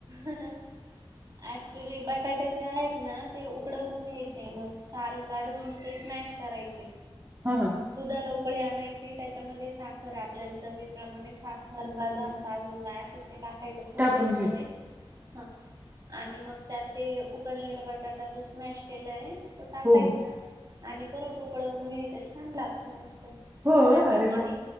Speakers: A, on the right; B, on the right.
A: अक्च्युली जे बटाटे जे आहेत ना ते उकडवून घ्यायचे मग साल काढून ते स्मॅश करायचे
B: हा हा
A: दुधाला उकळी आणायचे त्याच्यामध्ये साखर आपल्याला चवीप्रमाणे साखर बदाम काजू काय असतील तर ते टाकायचं खोबरं
B: टाकून
A: वगैरे
B: घ्यायच
A: हा आणि मग त्यात ते उकडलेला बटाटा जो स्मॅश केलेला आहे तो टाकायचा
B: हो हो
A: आणि परत उकडवून घ्यायचं छान लागते मस्त
B: हो
A: आणि
B: अरे
A: कधी
B: वा